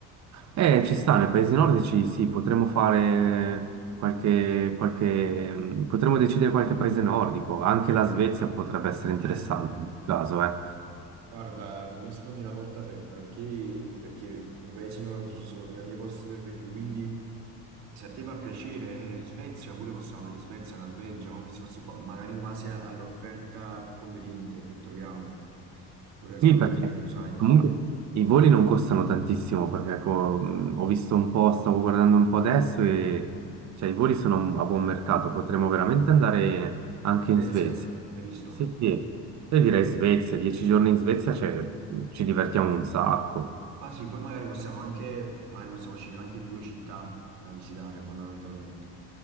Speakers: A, on the right; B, on the right.
A: Eh,
B: Mm.
A: ci sta, nei paesi nordici sì, potremmo fare qualche, qualche, ehm, potremmo decidere qualche paese nordico, anche la Svezia potrebbe essere interessante
B: Eh,
A: in questo caso, eh.
B: guarda, con me sfondi una porta aperta perché, perché i paesi nordici sono tra i miei posti preferiti, quindi se a te fa piacere, eh, Svezia, pure possiamo vedere Svezia, Norvegia, o questi posti qua, magari in base a- all'offerta più conveniente che troviamo, pure con
A: Sì, perché
B: l'aereo, sai.
A: comunque i voli non costano tantissimo, perché co- mh, ho visto un po', stavo guardando un po' adesso e cioè, i voli sono a buon mercato, potremmo veramente andare anche
B: Svezia,
A: in Svezia.
B: hai visto?
A: Sì, sì. Io direi Svezia, dieci giorni in Svezia, cioè, mh, ci divertiamo un sacco.
B: Ma sì, poi magari possiamo anche, magari possiamo scegliere anche due città da visitare fondamentalmente.